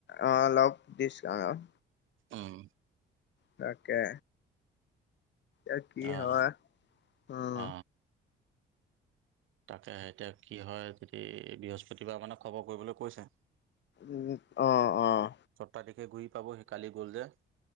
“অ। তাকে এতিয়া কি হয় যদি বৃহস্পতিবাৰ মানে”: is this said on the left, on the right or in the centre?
Right